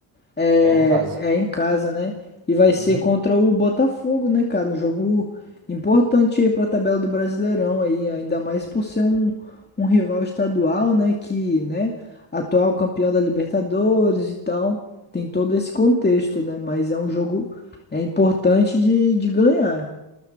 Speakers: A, on the left; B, on the right.
A: É,
B: É em casa.
A: é em casa, né? E vai
B: Uhum.
A: ser contra o Botafogo, né, cara? Um jogo importante aí pra tabela do Brasileirão aí, ainda mais por ser um, um rival estadual, né? Que, né, atual campeão da Libertadores e tal. Tem todo esse contexto, né? Mas é um jogo é importante de, de ganhar.